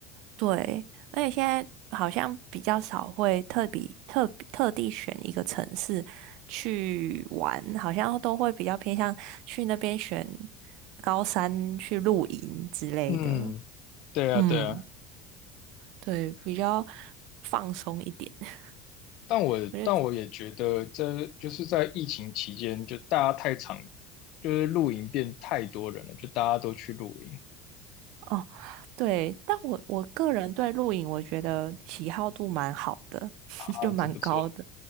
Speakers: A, on the right (about 65°); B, on the left (about 60°).
A: 对，而且现在好像比较少会特比特特地选一个城市去玩，好像都会比较偏向去那边选高山去露营之类的。
B: 嗯，对啊，
A: 嗯，
B: 对啊。
A: 对，比较放松一点。<laughs>
B: 但我但我也觉得，
A: 我觉得
B: 这就是在疫情期间，就大家太常，就是露营变太多人了，就大家都去露营
A: 哦，对，但我我个人对露营，我觉得喜好度蛮好的，
B: 啊，
A: <laughs> 就蛮高的。
B: 这不错